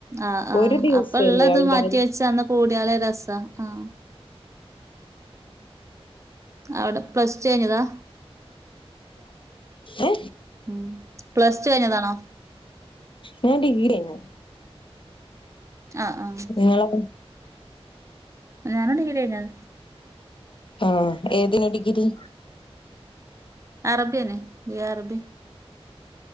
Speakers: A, on the right; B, on the left.
A: ആഹ്-ആഹ്
B: ഒരു ദിവസല്ലേ
A: അപ്പൊള്ളത്
B: എല്ലാരും
A: മാറ്റിവെച്ചന്ന് കൂടിയാലെ രസാ ആഹ് അവിടെ പ്സ് ടു കഴിഞ്ഞതാ
B: <inaudible> ഏ
A: ഉം പ്ലസ് ടു കഴിഞ്ഞതാണോ
B: ഞാഡിഗ്രി കയിഞ്ഞു
A: ആഹ്-ആഹ്
B: നിങ്ങളോ
A: ഞാനും ഡിഗ്രി കയിഞ്ഞതാ
B: ആഹ് ഏതിന് ഡിഗ്രി
A: അറബിയെന്നെ ഈ അറബി